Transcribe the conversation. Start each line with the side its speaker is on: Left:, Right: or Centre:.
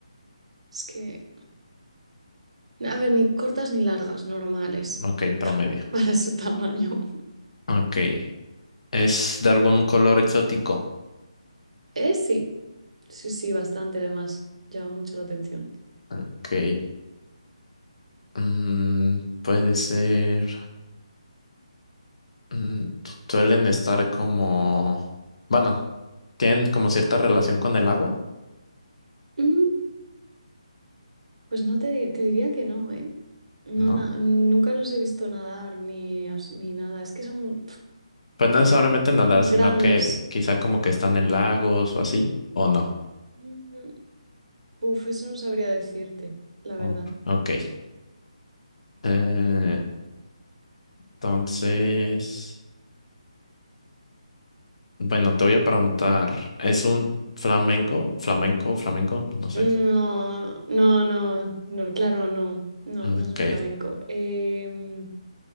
Right: es que, a ver, ni cortas ni largas, normales,
Left: Ok,
Right: <laughs>
Left: promedio.
Right: para su tamaño.
Left: Ok. ¿Es de algún color exótico?
Right: Eh, sí, sí, sí, bastante, además, llama mucho la atención.
Left: Ok. Mm, puede ser. mm, su- suelen estar como. Bueno, tienen como cierta relación con el agua,
Right: Mm, pues no te, di- te diría que no, ¿eh? No,
Left: ¿no?
Right: na- nunca los he visto nadar ni, as- ni nada. Es que son...
Left: Pues no necesariamente nadar,
Right: Mm,
Left: sino
Right: Grandes.
Left: que quizá como que están en lagos o así, o no.
Right: Mm, Uf, eso no sabría decirte, la verdad.
Left: O- Ok. Eh, entonces. Bueno, te voy a preguntar. ¿Es un flamenco? ¿Flamenco? ¿Flamenco? No sé.
Right: No, no, no, no, claro, no, no,
Left: Ok.
Right: no es un flamenco. Em,